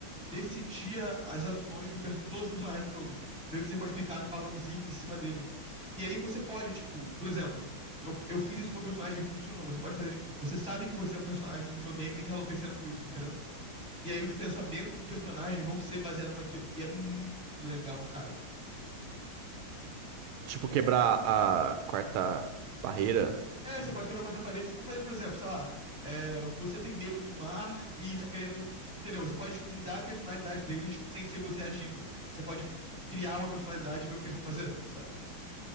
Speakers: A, in the centre; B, on the right.
A: decidir a- as ações do perso- de todos os personagens do jogo. Meio que você pode clicar num balãozinho em cima dele. E aí você pode, tipo, por exemplo, eu, eu fiz isso com o meu personagem e funcionou. Você pode fazer, tipo, você sabe que você é um personagem do videogame e tá enlouquecendo com isso, entendeu? E aí os pensamentos do personagem vão ser baseados naquilo. E é muito legal, cara.
B: Tipo, quebrar a quarta barreira.
A: É, você pode quebrar a quarta parede, você pode fazer, por exemplo, sei lá, é, você tem medo do mar e tá querendo. Entendeu? Você pode, tipo, mudar a personalidade deles sem ser você agindo. Você pode criar uma personalidade e ver o que eles vão fazer, sabe?